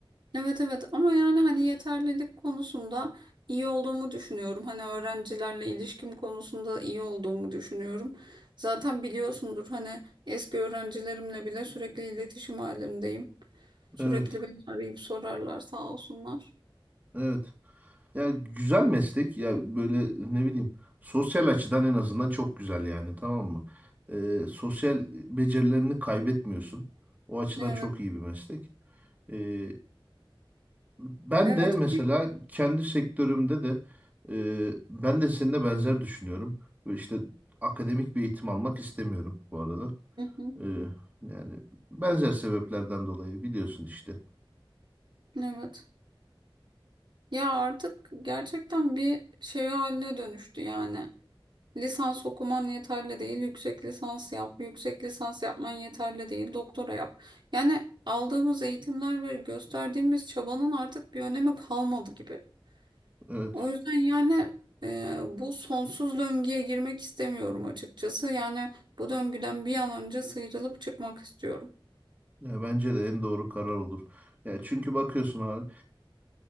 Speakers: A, on the right; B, on the right.
A: Evet evet ama yani hani yeterlilik konusunda iyi olduğumu düşünüyorum. Hani öğrencilerle ilişkim konusunda iyi olduğumu düşünüyorum. Zaten biliyorsundur hani eski öğrencilerimle bile sürekli iletişim halindeyim. Sürekli
B: Evet.
A: beni arayıp sorarlar sağ olsunlar.
B: Evet. Ya güzel meslek ya böyle ne bileyim sosyal açıdan en azından çok güzel yani tamam mı? Ee, sosyal becerilerini kaybetmiyorsun. O açıdan
A: Evet.
B: çok iyi bir meslek. Ee, ben
A: Evet.
B: de mesela kendi sektörümde de e, ben de seninle benzer düşünüyorum. Böyle işte akademik bir eğitim almak istemiyorum bu arada.
A: Hı hı.
B: Ee, yani benzer sebeplerden dolayı biliyorsun işte.
A: Evet. Ya artık gerçekten bir şey haline dönüştü yani. Lisans okuman yeterli değil, yüksek lisans yap, yüksek lisans yapman yeterli değil, doktora yap. Yani aldığımız eğitimler ve gösterdiğimiz çabanın artık bir önemi kalmadı gibi.
B: Evet.
A: O yüzden yani e, bu sonsuz döngüye girmek istemiyorum açıkçası. Yani bu döngüden bir an önce sıyrılıp çıkmak istiyorum.
B: Ya bence de en doğru karar olur. Ya çünkü bakıyorsun abi.